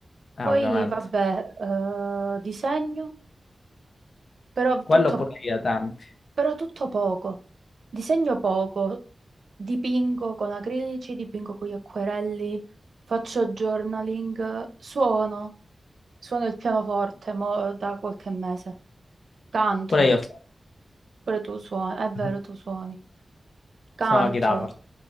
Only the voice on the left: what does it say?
eh,
ovviamente.
Quello
pure io ai tempi.
Pure io
sono,
sono la chitarra.